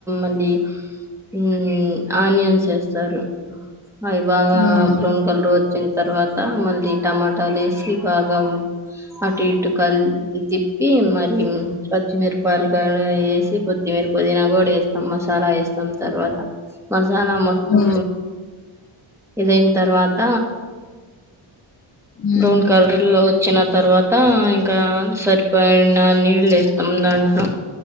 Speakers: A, in the centre; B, on the left (about 30°).
A: అదీ ఈ ఆనియన్స్ వేస్తారు అవి బాగా
B: హ్మ్
A: బ్రౌన్ కలర్ వచ్చిన తర్వాత మళ్ళీ టమాటాలు వేసి, బాగా అటు ఇటు కల్ తిప్పీ మ కొత్తిమిరపలు కాడ వేసి కొత్తిమీర, పుదీనా కూడా వేస్తాం మసాలా వేస్తాం. తర్వాత మ సలా మొత్తం
B: హ్మ్
A: ఇదైన తర్వాత
B: హ్మ్
A: బ్రౌన్ కలర్ లో వచ్చిన తర్వాత ఇంకా సరిపోయిన నీళ్లు ఏస్తాం దాంట్లో